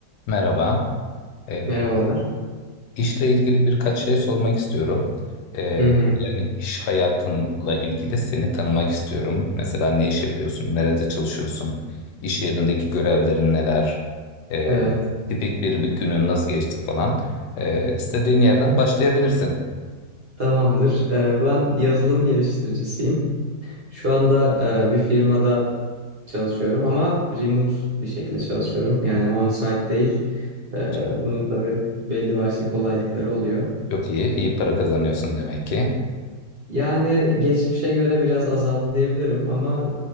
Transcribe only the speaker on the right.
Merhabalar.
Hı hı,
evet,
tamamdır. Ee, ben yazılım geliştiricisiyim. Şu anda e, bir firmada çalışıyorum ama remote bir şekilde çalışıyorum. Yani on-site değil. Ee,
bunun tabii belli başlı kolaylıkları oluyor.
Yani geçmişe göre biraz azaldı diyebilirim ama